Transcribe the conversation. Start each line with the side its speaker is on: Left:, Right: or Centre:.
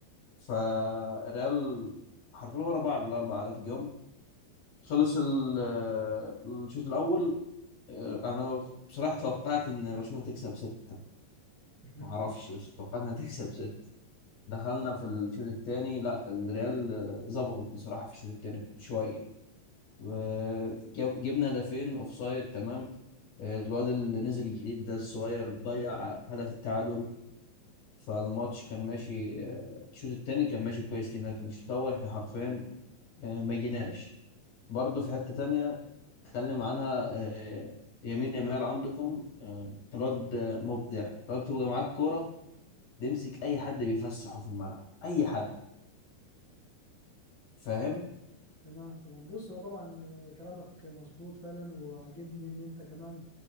Left: فالريال حرفيا ورا بعض الاربع اهداف جم خلص ال- آه، الشوط الاول آه، انا بصراحه توقعت ان برشلونه تكسب سته
Right: <laughs>
Left: ما اعرفش بس توقعت انها تكسب سته دخلنا في الشوط الثاني لا الريال آه، ظبطت بصراحة في الشوط الثاني شوية وجبنا هدفين اوف سايد تمام آه، الواد اللي نزل الجديد ده الصغير ضيع هدف التعادل فالماتش كان ماشي آه، الشوط الثاني كان ماشي كويس لينا لكن الشوط الأول احنا حرفيا آه، ما جيناش برضه في حتة تانية اتكلم عنها آه، يمين يمال عندكم آه، الواد آه، مبدع الواد بتبقى معاك كورة بيمسك أي حد بيفسحه في الملعب أي حد فاهم
Right: تمام تمام بص هو طبعا آه، كلامك مظبوط فعلا وعاجبني ان انت كمان